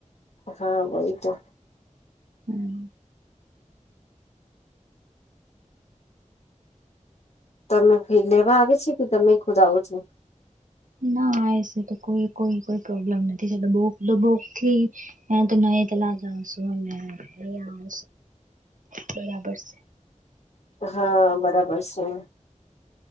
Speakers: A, on the left; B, on the right.
A: હા બય તો
B: હમ
A: તમે ફરી લેવા આવે છે કે તમે ખુદ આવો છો
B: ના એ છે તો કોઈ કોઈ કો પ્રોબ્લેમ નથી છેટ બોક બોકથી એ તો ન એ તલા જશું અને આવ બરાબર છે
A: હા બરાબર છે